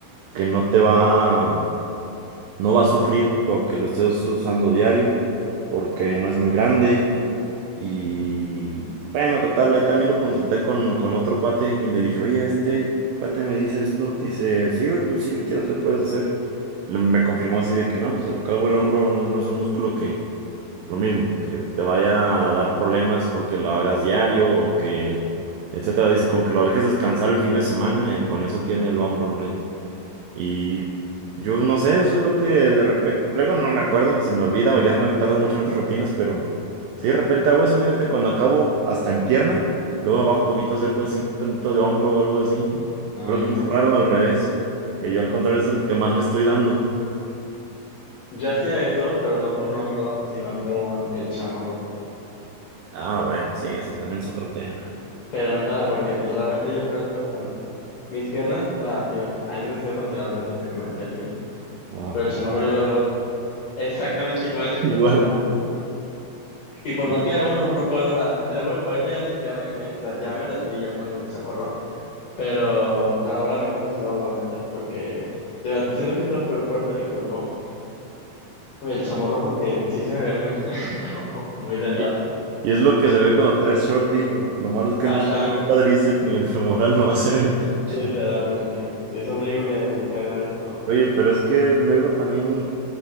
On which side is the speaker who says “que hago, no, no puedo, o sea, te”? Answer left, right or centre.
Left